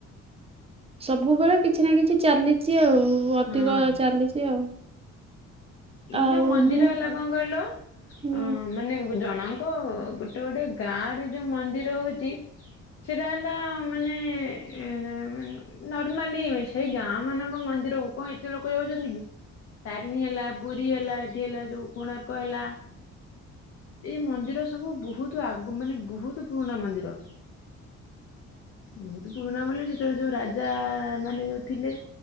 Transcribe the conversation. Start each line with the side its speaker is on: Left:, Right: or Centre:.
Right: ସବୁବେଳେ କିଛି ନା କିଛି ଚାଲିଛି ଆଉ। ଅଧିକ
Left: ହଁ
Right: ଚାଲିଚି ଆଉ।
Left: ଏଇ
Right: ଆଉ
Left: ଯୋଉ ମନ୍ଦିର
Right: ମାନେ
Left: ହେଲା କଁ କହିଲ?
Right: ହୁଁ
Left: ଅ ମାନେ ଜଣଙ୍କ ଗୋଟେ ଗୋଟେ ଗାଁ ରେ ଯୋଉ ମନ୍ଦିର ହଉଚି। ସେଇଟା ହେଲା ମାନେ ଏମାନ୍ ନର୍ମାଲି ସେଇ ଗାଁ ମାନଙ୍କ ମନ୍ଦିରକୁ କଣ ଏତେ ଲୋକ ଯାଉଚନ୍ତି କି ତାରିଣୀ ହେଲା ପୁରୀ ହେଲା ଏଠି ହେଲା ଯୋଉ କୋଣାର୍କ ହେଲା। ଏଇ ମନ୍ଦିର ସବୁ ବହୁତ ଆଗ ମାନେ ବହୁତ୍ ପୁରୁଣା ମନ୍ଦିର। ବହୁତ୍ ପୁରୁଣା ମାନେ ଯେତେବେଳେ ଯୋଉ ରାଜ୍ ରାଜା ମାନେ ଯୋଉଥିଲେ